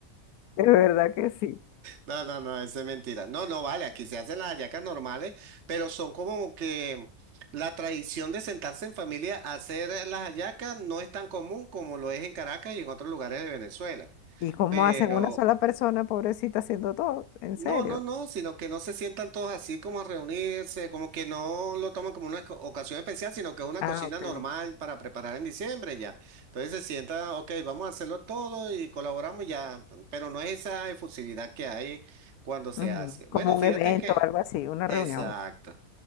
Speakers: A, on the left; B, on the right.
A: verdad que sí.
B: No, no, no, eso es mentira. No, no, vale, aquí se hacen las hallacas normales, pero son como que la tradición de sentarse en familia a hacer las hallacas no es tan común como lo es en Caracas y en otros lugares de Venezuela.
A: ¿Y cómo
B: Pero,
A: hacen una sola persona, pobrecita, haciendo todo? ¿En
B: No,
A: serio?
B: no, no, sino que no se sientan todos así como a reunirse, como que no lo toman como una esco- ocasión especial, sino que es una
A: Ah,
B: cocina
A: ok.
B: normal para preparar en diciembre ya. Entonces se sienta, ok, vamos a hacerlo todo y colaboramos ya, pero no es esa efusividad que hay cuando se
A: Ujú,
B: hace. Bueno,
A: Como
B: fíjate
A: un evento,
B: que,
A: algo así, una
B: exacto.
A: reunión.